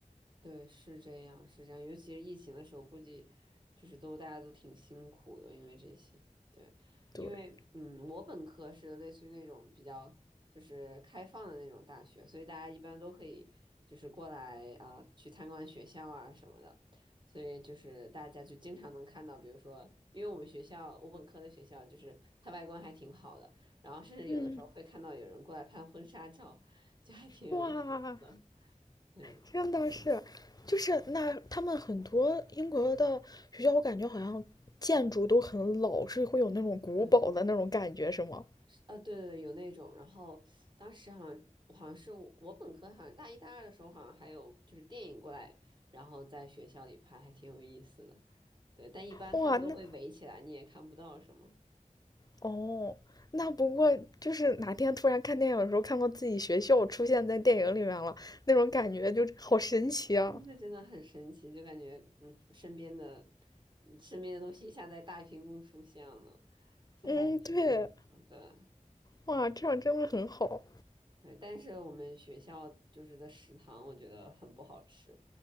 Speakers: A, on the right (about 35°); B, on the left (about 30°).
A: 对，是这样，是这样。尤其是疫情的时候，估计就是都大家都挺辛苦的，因为这些。对，因为嗯，
B: 对，
A: 我本科是类似于那种比较就是开放的那种大学，所以大家一般都可以就是过来啊、去参观学校啊什么的。所以就是大家就经常能看到，比如说，因为我们学校，我本科的学校就是它外观还挺好的，然后甚至有的时候会看到有人过来拍婚纱照，
B: 嗯，
A: 就还挺有意思的。
B: 哇，
A: 对。
B: 真的是，
A: 嗯
B: 就是那他们很多英国的学校，我感觉好像建筑都很老，是会有那种古堡的那种感觉，
A: 啊，嗯。
B: 是吗？
A: 呃，对对对，有那种。然后当时好像好像是我，我本科好像大一大二的时候，好像还有就是电影过来，然后在学校里拍，还挺有意思的。对，但一般他们都会围起来，
B: 哇，那
A: 你也看不到什么。
B: 哦，那不过就是哪天突然看电影的时候，看到自己学校出现在电影里面了，那种感觉就好神奇啊！
A: 但是真的很神奇，就感觉嗯，身边的身边的东西一下在大屏幕出现了，这还挺有意思的。
B: 嗯，对，
A: 对
B: 哇，这样真的很好。
A: 对，但是我们学校就是的食堂，我觉得很不好吃，